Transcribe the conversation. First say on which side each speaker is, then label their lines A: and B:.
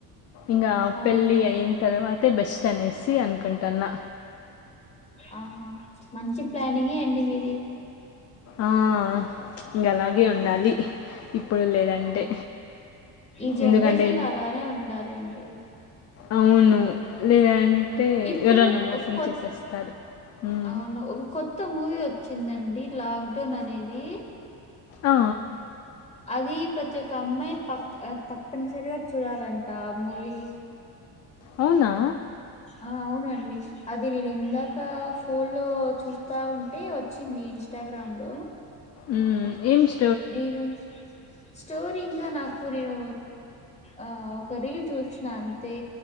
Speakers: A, on the left; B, on the left.
A: ఇగా
B: అవును
A: పెళ్ళి అయిన తర్వా తె బెస్ట్ అనేసి అన్కుంటాన్నా
B: ఆహా మంచి ప్లానింగే అండి మీది
A: ఆ, ఇంక అలాగే ఉండాలి ఇప్పుడు లేదంటే
B: ఆ ఈ జన్రేషన్
A: ఎందుకంటే
B: లో అలానే ఉండాలి అండి
A: అవును లేదంటే
B: ఇప్పుడు
A: ఎవరన్న మోసం
B: ఒక కొత్త
A: చేసేస్తారు ఉమ్.
B: అవును ఒక కొత్త మూవీ ఒచ్చిందండి లాక్డౌన్ అనేది
A: ఆ,
B: అది ప్రతి ఒక్క అమ్మాయి పక్ అ తప్పనిసరిగా చూడాలంట ఆ మూవీ
A: అవునా
B: ఆ ఆ అవునండి అది నేను ఇందాక ఫోన్ లో చూస్తా ఉంటే వచ్చింది ఇంస్టాగ గ్రాంలో
A: మ్మ్ ఎం స్
B: నేను స్టోరీ ఇంగ నాకు నేను ఆ ఒక రీల్ చూశ్నంతే